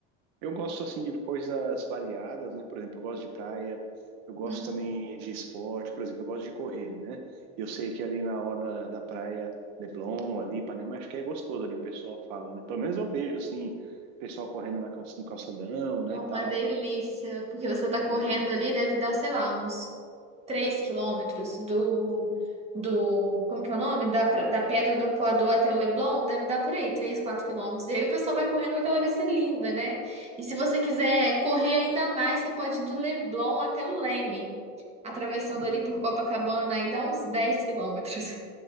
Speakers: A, on the right; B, on the right.
A: Eu gosto assim de coisas variadas, né? Por exemplo, eu gosto de praia, eu gosto
B: Uhum.
A: também de esporte, por exemplo, eu gosto de correr, né? E Eu sei que ali na hora da praia, Leblon, ali, Ipanema, acho que é gostoso ali, o pessoal fala, né? Pelo menos eu vejo assim, pessoal correndo na calça- no calçadão, né,
B: É uma
A: e tal.
B: delícia, porque você tá correndo
A: É.
B: ali, deve dar, sei lá, uns 3 quilômetros do, do, como que é o nome? Da, pra- da Pedra do Apoador até o Leblon, deve dar por aí, 3, 4 quilômetros. E aí o pessoal vai correndo com aquela vista linda, né? E se você quiser correr ainda mais, você pode ir do Leblon até o Leme, atravessando
A: Hum.
B: ali por Copacabana, aí dá uns 10 quilômetros.